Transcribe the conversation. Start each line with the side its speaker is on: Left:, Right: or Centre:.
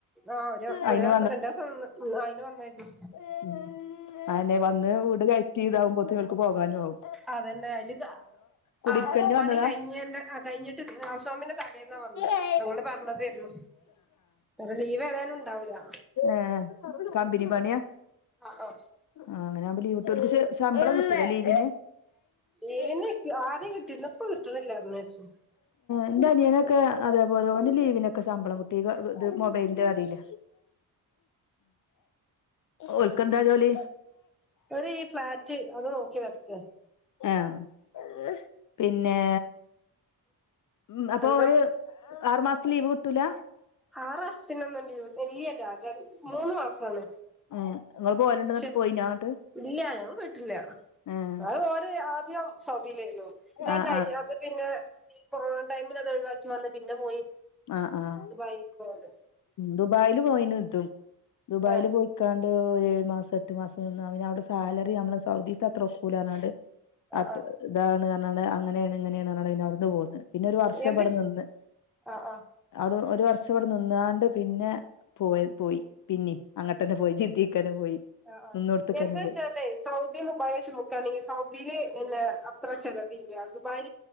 Centre: ആ ഒരു
Left: അയിന്
Centre: ഒരു മാസം രണ്ടാസം നിന്ന് ഇന്ന് അയിനു വന്നായിരുന്നു
Left: <unintelligible> അയെന്നെ വന്ന് വീട് കയറ്റി ഇതാവുമ്പോത്തിനും ഓൽക്ക് പോകാനു ആവു
Centre: അതന്നെ അതില്
Left: കുടിരിക്കലിന്
Centre: ആ പണി
Left: വന്നതാ
Centre: കഴിഞ്ഞേൻ്റെ കഴിഞ്ഞിട്ട് ഹൗസ് വാമിന്റെ തലേന്നാ വന്നേ
Left: ആ
Centre: ഞങ്ങള് പറഞ്ഞതേരുന്നു ഓ ഇവേതായാലുണ്ടാവ്ല്ല
Left: ഏഹ് കമ്പിനി പണിയാ?
Centre: ആ ആ
Left: ആഹ് അങ്ങനാവുമ്പോ ലീവിട്ടൂ പഷേ ശമ്പളം കിട്ടൂലെ ലീവിന്?
Centre: ലീവിന്
Left: ഏഹ്
Centre: ആദ്യം കിട്ടിര്ന്ന് ഇപ്പൊ കിട്ട്ണ്ല്ല ർഞ്ഞ്കേട്ട്.
Left: ഇന്റെ അനിയെനൊക്കെ അതേപോലെ ഓന് ലീവിനൊക്കെ ശമ്പളം കിട്ടി വ ഇ ഇത് മൊബൈലിന്റെ കടീല് ഓൽക്കെന്താ ജോലി?
Centre: ഒരു ഈ ഫ്ളാറ്റ് അത് നോക്കി നട്ത്താ
Left: ആഹ് പിന്നെ ഉം അപ്പൊ
Centre: എന്താ
Left: ഒരു ആറുമാസത്തെ ലീവ് കിട്ടൂല?
Centre: ആറാസത്തിന് ഒന്നും ലീവ് ഇല്ല്യോല്ല മൂന്ന് മാസാണ്.
Left: ഏഹ് ഇങ്ങള് പോവല്ണ്ട് ന്നട്ട്
Centre: ഷെ
Left: പോയിനോ അങ്ങട്ട്
Centre: ഇല്ല <unintelligible> വീട്ടിലാ
Left: ഏഹ്
Centre: അത് ഓര് ആദ്യം സൗദീലേര്ന്നു പിന്നെ
Left: ആഹ്
Centre: അത് ക അത് പിന്നെ ഈ കൊറോണ ടൈമിൽ അത് ഒഴിവാക്കി വന്ന് പിന്നെ പോയി
Left: ആഹ് ആഹ്
Centre: കേക്കു അത്
Left: ദുബായില് പോയിന് ഇതും ദുബായിൽ
Centre: ആഹ്
Left: പോയി ക്കാണ്ട് ഒര് ഏഴ് മാസം എട്ട് മാസം നിന്ന് അയ്ല് അവടെ സാലറി നമ്മളെ സൗദിത്ത് അത്ര ഒക്കൂലർഞ്ഞാണ്ട്
Centre: ആഹ്
Left: അത്
Centre: ആഹ്
Left: ഇതാണ് അർഞ്ഞാണ്ട് അങ്ങനെയാണ് ഇങ്ങനെയാണ് അർഞ്ഞാണ്ട് പിന്നവ്ട്ന്ന് പോന്ന് പിന്നെ ഒരു വർഷം
Centre: എന്തിഷ്
Left: ഇവിടെ നിന്ന്
Centre: അഹ് ആഹ്
Left: അവിടെ ഒരു വർഷം ഇവടെ നിന്നാണ്ട് പിന്നെ പോയ പോയി പിന്നിം അങ്ങട്ടന്നെ പോയി ജിദ്ധീക്കന്നെ പോയി
Centre: അഹ് ആഹ്
Left: നിന്നോട്ത്ത്ക്കന്നെ
Centre: എന്താച്ചാലേ
Left: പോയി
Centre: സൗദി ദുബായി വെച്ച് നോക്കാണെങ്കിൽ സൗദയിയില് എന്നന്നെ അത്ര ചെലവില്ല ദുബായി